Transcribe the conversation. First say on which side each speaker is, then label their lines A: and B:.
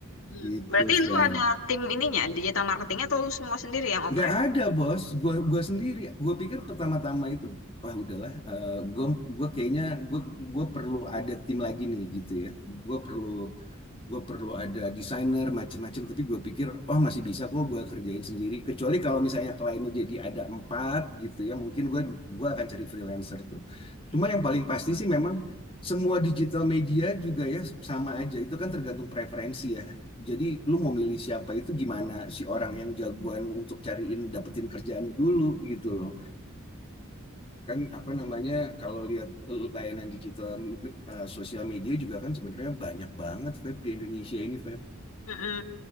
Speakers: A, on the left (about 75°); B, on the left (about 25°).
A: Hmm.
B: Gitu,
A: Berarti
B: Feb.
A: lu ada tim ininya, digital marketingnya atau lu semua sendiri yang operate?
B: Nggak ada, bos. Gua, gua sendiri. Gua pikir pertama-tama itu, wah udahlah. eh, gua, gua kayaknya, gua, gua perlu ada tim lagi nih, gitu ya. Gua perlu gue perlu ada desainer macam-macam tapi gue pikir oh masih bisa kok gue kerjain sendiri kecuali kalau misalnya kliennya jadi ada empat gitu ya mungkin gue gue akan cari freelancer tuh cuma yang paling pasti sih memang semua digital media juga ya sama aja itu kan tergantung preferensi ya jadi lu mau milih siapa itu gimana si orang yang jagoan untuk cariin dapetin kerjaan dulu gitu loh kan apa namanya kalau lihat layanan digital eh, sosial media juga kan sebenarnya banyak banget Feb di Indonesia ini Feb
A: Mm-mm.